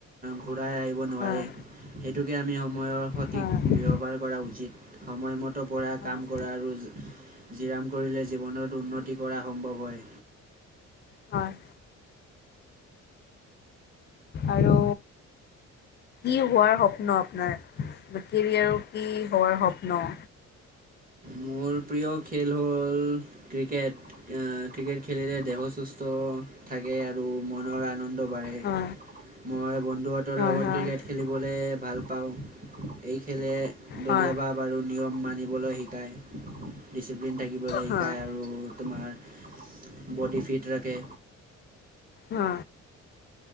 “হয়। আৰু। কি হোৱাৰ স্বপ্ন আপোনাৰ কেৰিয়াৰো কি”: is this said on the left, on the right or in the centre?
Left